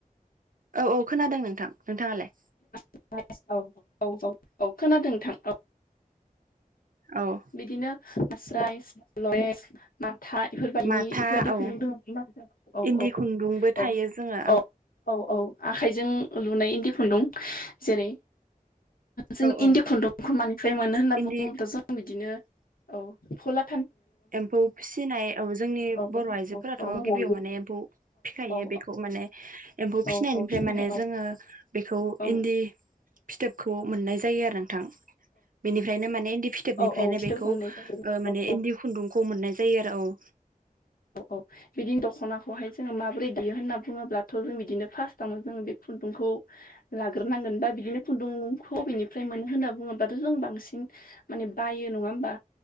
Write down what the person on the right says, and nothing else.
औ औ खोनादों नोंथां नोंथाङालाय
औ
माथा
औ
इन्दि
खुन्दुंबो थायो
जोङो
औ
औ
इन्दि
एम्फौ फिसिनाय औ जोंनि
बर' आइजोफोराथ'
गिबियाव
माने एम्फौ फिखायो
बेखौ माने एम्फौ
फिसिनायनिफ्राय
माने
जोङो बेखौ
इन्दि फिथोबखौ मोननाय जायो आरो नोंथां बेनिफ्रायनो माने इन्दि फिथोबनिफ्रायनो
बेखौ
माने
इन्दि खुन्दुंखौ मोननाय जायो आरो औ